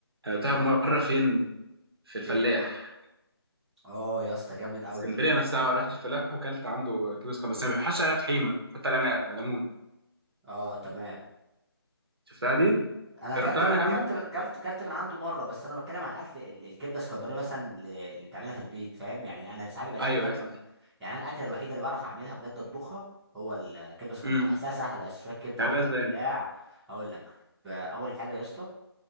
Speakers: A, on the right; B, in the centre.
A: انا دقتها مره فين في الفلاح
B: فين اه يا اسطى جامد قوي
A: اسكندريه نفسها بقى رحت الفلاح وكلت عنده كبس كان بس ما بيحطش عليها طحينه بيحط عليها ليمون
B: اه تمام
A: شفتها دي
B: انا اكلت
A: جربتها
B: من
A: انا
B: اكلت
A: عنده
B: من اكلت اكلت من عنده مره بس انا بتكلم على الاكل ال- الكبده اسكندراني مثلا ل- اللي بتعملها في البيت فاهم يعني انا ساعات بيبقى ليا
A: ايوه
B: دماغ
A: ايوه فاهم
B: يعني انا الاكله الوحيده اللي بعرف اعملها بجد اطبخها هو الكبده اسكندراني
A: امم
B: بحسها سهله يا اسطى، شويه كبده
A: تعملها
B: على
A: ازاي
B: البتاع هقول لك ب- اول حاجه يا اسطى